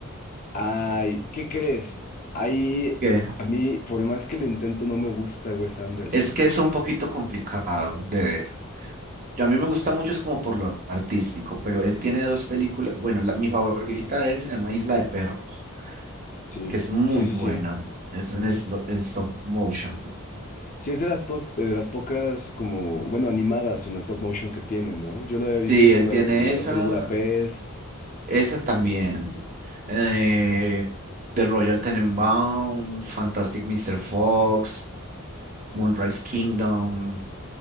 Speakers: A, on the left; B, on the right.
A: Ay, ¿qué crees? Ahí,
B: ¿Qué?
A: a mí, por más que lo intento, no me gusta Wes Anderson.
B: Es que es un poquito complicado de ver. Yo- A mí me gusta mucho, es como por lo artístico, pero él tiene dos películas. Bueno, la- mi favorita de él se llama Isla de Perros,
A: Sí,
B: que es muy
A: sí, sí,
B: buena.
A: sí.
B: Es en, slo- en stop motion.
A: Sí, es de las, po- de las pocas, como, bueno, animadas en stop motion que tiene, ¿no? Yo lo había visto
B: Sí,
A: con
B: él
A: la
B: tiene
A: del
B: esa,
A: Hotel Budapest.
B: esa también. Eh, The Royal Tenenbaums, Fantastic Mr. Fox, Moonrise Kingdom.